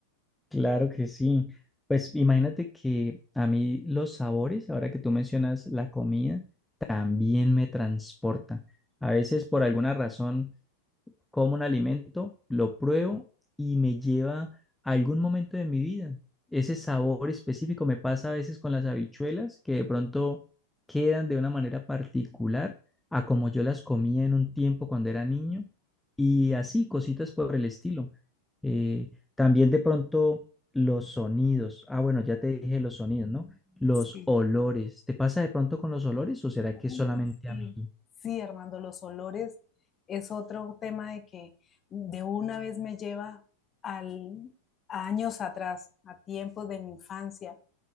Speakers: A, in the centre; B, on the left.
A: claro que sí. Pues imagínate que a mí los sabores, ahora que tú mencionas la comida, también me transporta. A veces por alguna razón como un alimento, lo pruebo y me lleva a algún momento de mi vida. Ese sabor específico me pasa a veces con las habichuelas que de pronto quedan de una manera particular a como yo las comía en un tiempo cuando era niño y así, cositas por el estilo. Eh, también de pronto los sonidos. Ah, bueno, ya te dije los sonidos, ¿no? Los
B: Sí.
A: olores. ¿Te pasa de pronto con los olores o será
B: Uy,
A: que solamente
B: sí,
A: a mí?
B: sí, Armando, los olores es otro tema de que de una vez me lleva al, a años atrás, a tiempos de mi infancia